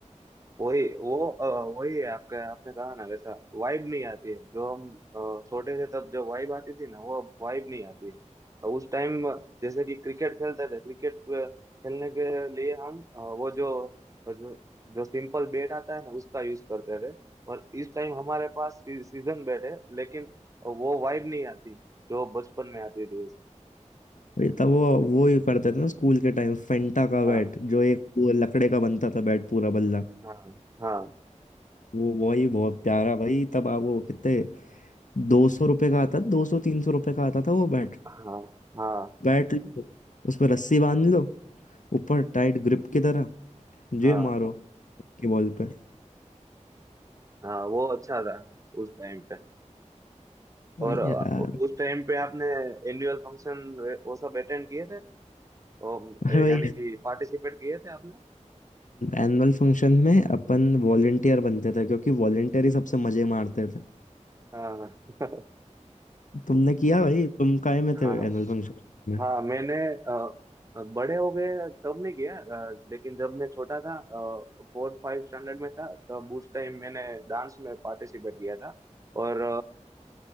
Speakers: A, on the right (about 25°); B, on the left (about 85°).
A: वही वो अ, वही है आपका आपने कहा ना वैसा वाइब नहीं आती है जो हम अ, छोटे थे तब जो वाइब आती थी ना वो अब वाइब नहीं आती है और उस टाइम जैसे कि क्रिकेट खेलते थे क्रिकेट खेलने के लिए हम अ, वो जो जो जो सिंपल बैट आता है ना उसका यूज करते थे और इस टाइम हमारे पास सी, सीजन बैट है लेकिन वो वाइब नहीं आती जो बचपन में आती थी उसे
B: ये तब वो वो ये करते थे ना स्कूल के टाइम फेंटा का
A: हाँ
B: बैट जो एक वो लकड़े का बनता था बैट पूरा बल्ला
A: हाँ हाँ
B: वो वही बहुत प्यारा भाई तब आप वो कितने दो सौ रुपये का आता दो सौ तीन सौ रुपये का आता था वो बैट
A: हाँ हाँ
B: बैट लो उस पर रस्सी बांध लो ऊपर टाइट ग्रिप की तरह जे
A: हाँ
B: मारो की बॉल पे
A: हाँ वो अच्छा था उस टाइम पे
B: वही
A: और अ,
B: यार
A: उस टाइम पे आपने एनुअल फंक्शन वो सब अटेंड किए थे और
B: अरे भाई
A: यानी कि पार्टिसिपेट किए थे आपने
B: एनुअल फंक्शन में अपन वॉलेंटियर बनते थे क्योंकि वॉलेंटियर ही सबसे मजे मारते थे
A: हाँ <laughs>
B: तुमने किया भाई तुम काहे में
A: हाँ
B: थे एनुअल फंक्शन में
A: हाँ मैंने अ, बड़े हो गए तब नहीं किया अ, लेकिन जब मैं छोटा था फोर्थ फाइव स्टैंडर्ड में था तब उस टाइम मैंने डांस में पार्टिसिपेट किया था और